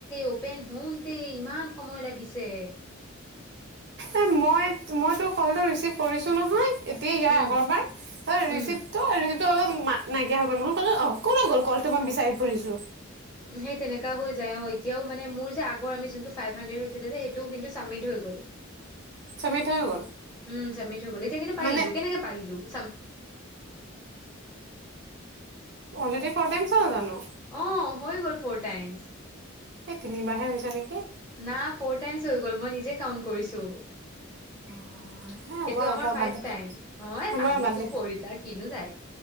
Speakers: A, in the centre; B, on the right.
A: অপেন হাউটে ইমান সময় লাগিছে
B: এই মই মই তোৰ কলটো ৰিচিভ কৰিছোঁ নহয় এতিয়া ইয়াৰ
A: উম
B: আগৰবাৰ ত ৰিচিপ
A: উম
B: টো অলা নাইকিয়া হৈ গ'ল ন ক অ কত গ'ল কলটো মই বিচাৰি ফুৰিছো
A: <inaudible>
B: চমি থ হৈ গ'ল
A: উম চামি থ হৈ গ'ল এতিয়া কিন্তু পাৰিলো
B: মানে
A: কেনেকে পাৰিলো <inaudible>
B: অলৰেডি ফ'ৰ টাইমছ হল জানো
A: অ হৈ গ'ল ফৰ টাইম
B: এই তিনিবাৰহে হৈছে নেকি
A: না ফৰ টাইমচ হৈ গ'ল মই নিজে কাউণ্ট কৰিছো
B: নেকি
A: সেইটো
B: হে হ'ব আৰু
A: আমাৰ
B: থ
A: ফাইভ
B: বাদ দে
A: টাইম অ
B: হ'ব
A: পাৰিছো
B: আৰু বাদ দে
A: কৰিতা কিনো যায়